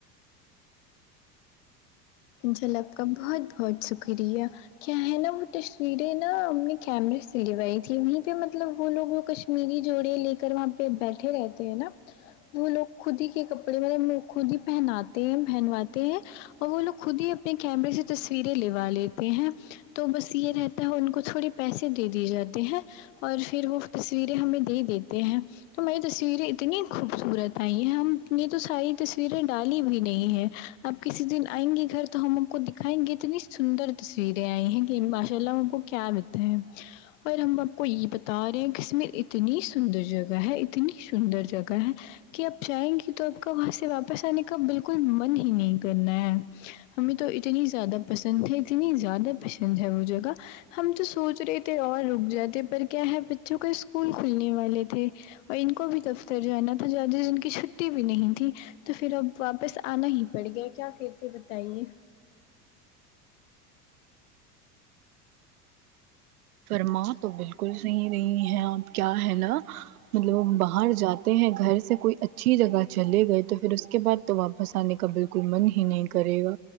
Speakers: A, on the left (about 50°); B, on the right (about 65°).
A: جھلک کا بہت بہت شکریہ کیا ہے نا وہ تصویریں نا ہم نے کیمرے سے لوائی تھی وہیں پہ مطلب وہ لوگ کش میری جوڑی لے کر وہاں پہ بیٹھے رہتے ہیں نا وہ لوگ خود ہی کے کپڑے مطلب خود ہی پہناتے ہیں پہنواتے ہیں اور وہ لوگ خود ہی اپنے کیمرے سے تصویریں لوا لیتے ہیں تو بس یہ رہ تو ان کو تھوڑے پیسے دے دیے جاتے ہیں اور پھر وہ تصویریں ہمیں دے دیتے ہیں تو ہماری تصویریں اتنی خوبصورت آئی ہیں ہم نے تو ساری تصویریں ڈالی بھی نہیں ہے آپ کسی دن آئیں گے گھر تو ہم آپ کو دکھائیں گے اتنی سندر تصویریں آئی ہیں کہ ماشاء اللہ ہم کو کیا <inaudible> اور ہم آپ کو یہ بتا رہے ہیں کشمیر اتنی سندر جگہ ہے اتنی سندر جگہ ہے کہ آپ جائیں گی تو آپ کا وہاں سے واپس آنے کا بالکل من ہی نہیں کرنا ہے ہمیں تو اتنی زیادہ پسند ہے اتنی زیادہ پسند ہے وہ جگہ ہم تو سوچ رہے تھے اور رک جاتے پر کیا ہے بچوں کا اسکول کھلنے والے تھے اور ان کو بھی دفتر جانا تھا زیادہ دن کی چھٹی بھی نہیں تھی تو پھر اب واپس آنا ہی پڑ گیا کیا کہتے بتائیے
B: فرما تو بالکل صحیح رہی ہے آپ کیا ہے نا مطلب وہ باہر جاتے ہیں گھر سے کوئی اچھا اچھی جگہ چلے گئے تو پھر اس کے بعد تو واپس آنے کا بالکل من ہی نہیں کرے گا